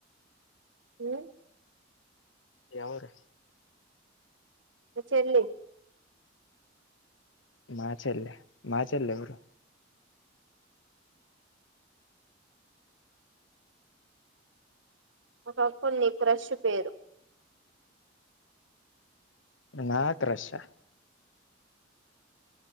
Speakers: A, on the right; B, on the left.
A: ఏ
B: ఎవరు
A: మీ చెల్లి
B: మా చెలే మా చెలే ఎవరు
A: ఒక కొన్ని క్రాష్ పేరు
B: నా క్రాష్ ఆ